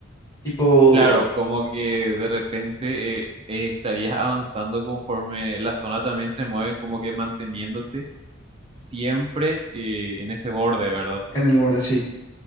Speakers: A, on the left; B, on the right.
A: tipo
B: Claro, como que de repente eh, eh, estarías avanzando conforme la zona también se mueve, como que manteniéndote siempre eh, en ese borde, ¿verdad?
A: en el borde, sí.